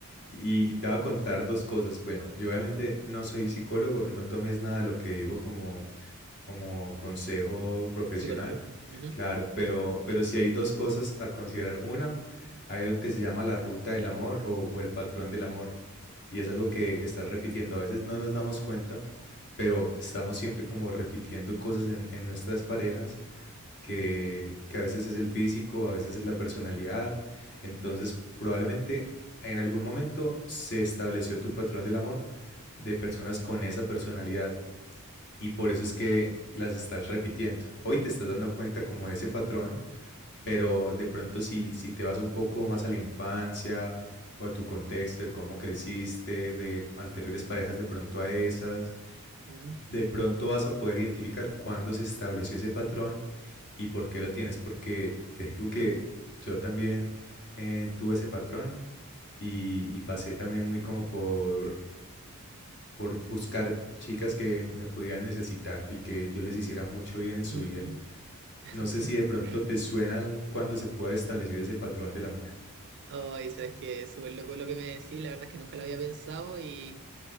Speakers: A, on the left (about 55°); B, on the right (about 50°).
A: Y, y te voy a contar dos cosas. Bueno, yo obviamente no soy psicólogo, no tomes nada de lo que digo como, como consejo profesional.
B: Psicológico. Ujú,
A: Claro, pero, pero sí hay dos cosas a considerar. Una, hay algo que se llama la ruta del amor o, o el patrón del amor. Y es algo que estás repitiendo. A veces no nos damos cuenta, pero estamos siempre como repitiendo cosas en en nuestras parejas que, que a veces es el físico, a veces es la personalidad. Entonces, probablemente en algún momento se estableció tu patrón del amor de personas con esa personalidad y por eso es que las estás repitiendo. Hoy te estás dando cuenta como de ese patrón, pero de pronto si, si te vas un poco más a la infancia o a tu contexto de cómo creciste, de anteriores parejas de pronto a esas
B: ujú,
A: de pronto vas a poder identificar cuándo se estableció ese patrón y por qué lo tienes, porque te digo que yo también eh, tuve ese patrón y, y pasé también muy como por, por buscar chicas que me pudieran necesitar y que yo les hiciera mucho bien en su
B: ujú.
A: vida.
B: <laughs>
A: No sé si de pronto te suena cuando se puede haber establecido ese patrón del amor.
B: Ay, sabes que súper loco lo que me decís, la verdad es que nunca lo había pensado y,